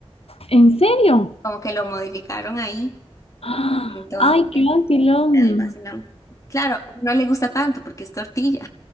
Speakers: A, on the left; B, on the left.
A: ¿En serio?
B: Como que lo modificaron ahí.
A: ¡Ah!
B: Entonces,
A: Ay, qué vacilón.
B: algo así, ¿no? Claro, no le gusta tanto porque es tortilla.